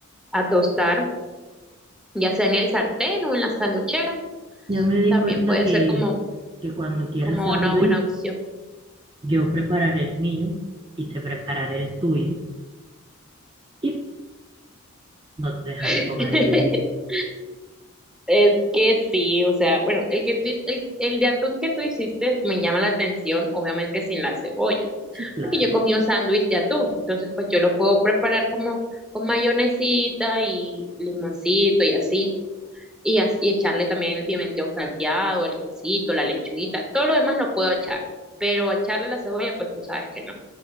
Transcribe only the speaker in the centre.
a, tostar, ya sea en el sartén o en la sanduchera,
también
puede
ser como,
como
una buena opción.
<laughs>
Es que sí, o sea, bueno, el que tú, el, el, de atún que tú hiciste me llama la atención, obviamente sin la cebolla,
porque yo comí un sándwich de atún, entonces pues yo lo puedo preparar como con mayonesita y limoncito y así. y, as- y echarle también el pimentón salteado, el quesito, la lechuguita, todo lo demás lo puedo echar, pero echarle la cebolla, pues tú sabes que no.